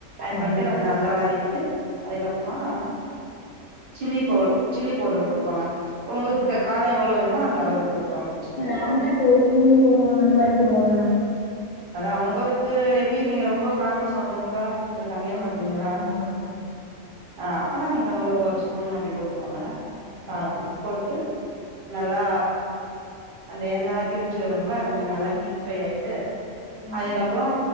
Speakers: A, on the right (about 50°); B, on the left (about 70°).
A: ஆட்
B: ஆ
A: பண்ணிட்டு
B: சரி
A: வெ கொஞ்ச நல்லா வதக்கிட்டு அதுக்கப்புறமா சில்லி பவு சில்லி பவுட்ரு போட்டுக்கோங்க உங்குளுக்கு
B: ம்
A: காரம் எவ்ளோ வேணுமோ அந்த அளவுக்கு போட்டுக்காங்க
B: நார்மலா இப்ப ஒரு ஸ்பூன் போடுவாங்க அந்த மாரி சொல்வாங்கல்ல
A: அதா அவங்களுக்கு எப்டி நீங்க ரொம்ப காரமா சாப்டுவீங்களா இல்ல கம்மியா
B: ஆமா
A: சாப்டுவீங்ளா
B: காரமாதா சாப்டுவாங்க
A: ஆ அப்போனா நீங்க ஒரு ஒரு ஸ்பூன் அப்டி போட்டுக்கோங்க
B: ஆ சேரி
A: காரம் போட் டு நல்லா அந்த எண்ணல்லா பிரிஞ்சு வரும்லா கொஞ்சோ நல்லா
B: ஆமா
A: டீப் ஃப்ரை ஆய்ட்டு
B: ம்
A: அதுக்கப்புறோ